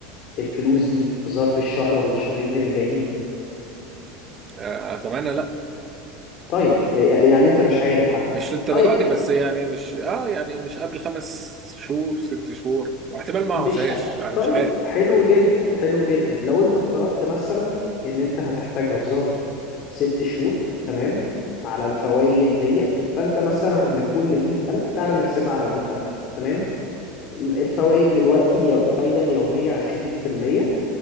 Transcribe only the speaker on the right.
آه أتمنى لأ
مش للدرجة
دي بس يعني مش آه يعني مش قبل خمس شهور ست شهور واحتمال ما
أعوزهاش
أنا
مش عارف